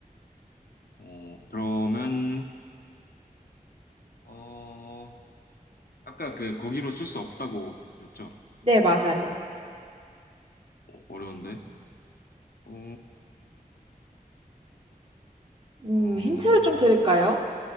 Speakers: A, on the left (about 90°); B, on the right (about 40°).
A: 어, 그러면, 어, 아까 그 고기로 쓸 수 없다고 그랬죠?
B: 네, 맞아요.
A: 어, 어려운데? 어,
B: 음,
A: 어,
B: 힌트를 좀 드릴까요?